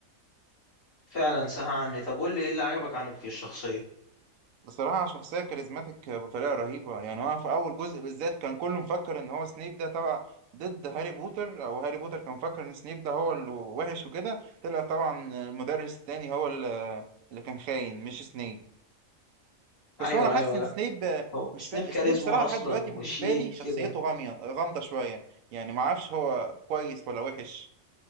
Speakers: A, on the left; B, on the right.
A: فعلا سهى عني طب قول لي ايه اللي عجبك عنه الشخصية
B: بصراحه شخصيه كاريزماتيك بطريقه رهيبه يعني هو في اول جزء بالذات كان كله مفكر ان هو سنيب ده تبع ضد هاري بوتر او هاري بوتر كان مفكر ان سنيب ده هو اللي وحش وكده طلع طبعا المدرس التاني هو اللي اللي كان خاين مش سنيب بس
A: ايوه
B: هو انا حاسس
A: ايوه
B: ان
A: لا
B: سنيب آه،
A: هو
B: مش
A: سنيب
B: فا...
A: كاريزما
B: سنيب صراحه
A: اصلا
B: لحد دلوقتي
A: وشيك
B: بالنسبه لي شخصيته
A: كده
B: غاميه غامضه شويه يعني ما اعرفش هو كويس ولا وحش